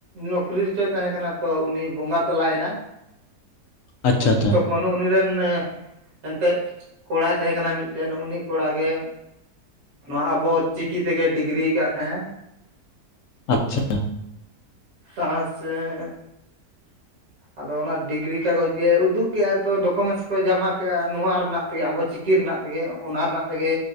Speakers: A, on the right (about 65°); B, on the left (about 70°).
A: ᱱᱩᱠᱨᱤ ᱨᱮᱪᱚᱭ ᱛᱟᱦᱮᱸ ᱠᱟᱱᱟ ᱛᱚ ᱩᱱᱤ ᱵᱚᱸᱜᱟ ᱛᱟᱞᱟᱭᱮᱱᱟᱭ᱾
B: ᱟᱪᱪᱷᱟ- ᱟᱪᱪᱷᱟ᱾
A: ᱮᱠᱷᱚᱱ ᱫᱚ ᱩᱱᱤ ᱨᱮᱱ ᱮᱱᱛᱮᱜ ᱠᱚᱲᱟᱭ ᱛᱟᱦᱮᱸ ᱠᱟᱱᱟ ᱢᱤᱫᱴᱮᱜ ᱩᱱᱤ ᱠᱚᱲ ᱜᱮ ᱱᱚᱣᱟ ᱟᱵᱚ ᱪᱤᱠᱤ ᱛᱮᱜᱮ ᱰᱤᱜᱽᱨᱤᱭ ᱟᱠᱟᱜ ᱛᱟᱦᱮᱸᱜ-ᱮ᱾
B: ᱟᱪᱪᱷᱟ᱾
A: ᱛᱟᱥ ᱮᱸᱻ ᱟᱫᱚ ᱚᱱᱟ ᱰᱤᱜᱽᱨᱤ ᱠᱟᱜᱚᱡᱽ ᱜᱮ ᱩᱫᱩᱜ ᱠᱮᱜ-ᱟᱭ ᱛᱚ ᱰᱚᱠᱢᱮᱱᱥ ᱠᱚ ᱡᱚᱢᱟ ᱠᱮᱜ-ᱟ ᱱᱚᱣᱟ ᱨᱮᱱᱟᱜ᱾ ᱛᱮᱜᱮ ᱟᱵᱚ ᱪᱤᱠᱤ ᱨᱮᱱᱟᱜ ᱛᱮᱜᱮ, ᱚᱱᱟ ᱨᱮᱱᱟᱜ ᱛᱮᱜᱮ